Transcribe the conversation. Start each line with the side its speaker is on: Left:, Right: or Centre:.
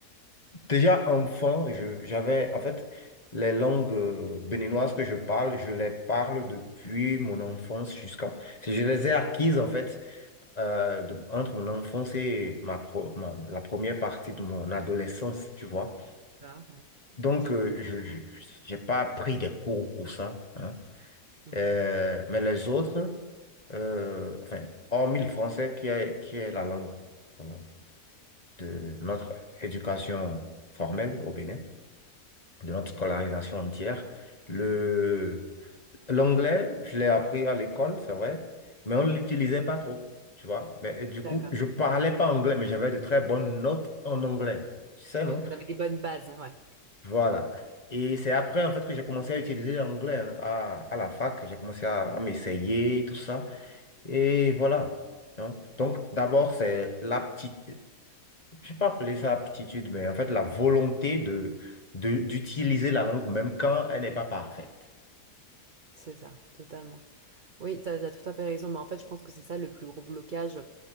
Left: Déjà
Right: Ok,
Left: enfant, je, j'avais, en fait, les langues euh, béninoises que je parle, je les parle depuis mon enfance jusqu'à... Je les ai acquises, en fait, euh, de- entre mon enfance et ma, pro- ma- la première partie de mon adolescence, tu vois.
Right: ouais.
Left: Donc, euh, je, je, j'ai pas pris des cours pour ça, hein.
Right: Mhm.
Left: Euh, mais les autres, euh, enfin, hormis le français qui est, qui est la langue euh, de notre éducation formelle au Bénin. de notre scolarisation entière. Le... L'anglais, je l'ai appris à l'école, c'est vrai, mais on ne l'utilisait pas trop, tu vois. Mais, et du
Right: D'accord.
Left: coup, je ne parlais pas anglais, mais j'avais de très bonnes notes en anglais. Tu sais,
Right: Ok,
Left: non?
Right: t'avais des bonnes bases, ouais.
Left: Voilà. Et c'est après, en fait, que j'ai commencé à utiliser l'anglais hein, à, à la fac. J'ai commencé à, à m'essayer, tout ça. Et voilà. hein. Donc, d'abord, c'est l'aptitude. Je ne vais pas appeler ça aptitude, mais en fait, la volonté de, de- d'utiliser la langue, même quand elle n'est pas parfaite.
Right: C'est ça, totalement. Oui, t'as, as tout à fait raison, mais en fait, je pense que c'est ça le plus gros blocage.